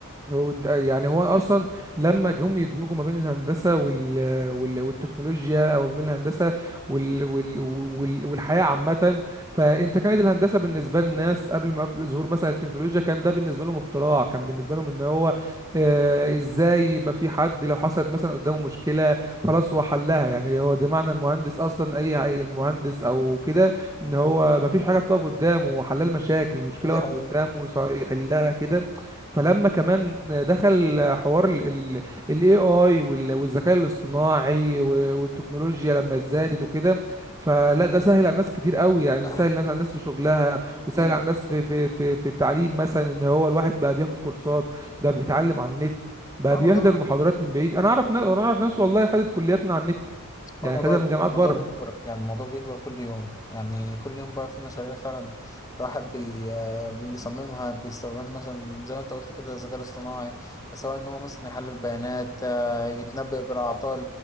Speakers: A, on the right; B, on the left.
A: هو انت- يعني هو اصلا لما جم يدمجوا ما بين الهندسه وال... وال... والتكنولوجيا او ما بين الهندسه وال... وال... وال... والحياه عامه فانت كانت الهندسه بالنسبه للناس قبل ما قبل ظهور مثلا التكنولوجيا كان ده بالنسبه لهم اختراع كان بالنسبه لهم ان هو آه ازاي يبقى في حد لو حصلت مثلا قدامه مشكله خلاص هو حلها يعني هو ده معنى المهندس اصلا اي أي مهندس او كده ان هو ما فيش حاجه بتقف قدامه هو حلال مشاكل
B: مم.
A: مشكله
B: دي
A: وقفت
B: حقيقة
A: قدامه يص- يحلها كده فلما كمان دخل حوار الاي اي والذكاء الاصطناعي
B: مم.
A: و- والتكنولوجيا لما زادت وكده فلا ده سهل على الناس كتير قوي يعني
B: لا
A: سهل الناس على الناس في شغلها وسهل
B: مم.
A: على الناس في في في في التعليم مثلا ان هو الواحد بقى بياخد كورسات بقى بيتعلم على النت بقى
B: هو الموضوع
A: بيحضر محاضرات من بعيد انا اعرف ناس انا اعرف ناس والله خدت كليات من على النت يعني
B: هو الموضوع
A: خدها من جامعات
B: الموضوع
A: بره
B: بيكبر يعني الموضوع بيكبر كل يوم يعني كل يوم بقى في مشاريع فعلا الواحد بي آه، بيصممها باستخدام مثلا زي ما انت قلت كده الذكاء الاصطناعي سواء ان هو مثلا يحلل بيانات آه، يتنبأ بالأعطال